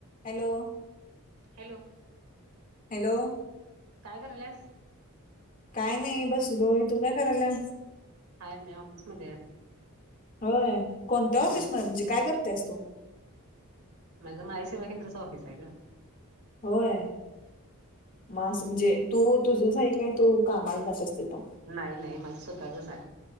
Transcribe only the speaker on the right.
हॅलो.
काय करायल्यास?
आहे, मी आफीसमध्ये आहे.
हम्म
माझं महा ई सेवा केंद्राचं, ऑफिस आहे गं.
नाही नाही, माझं स्वतःचंच आहे.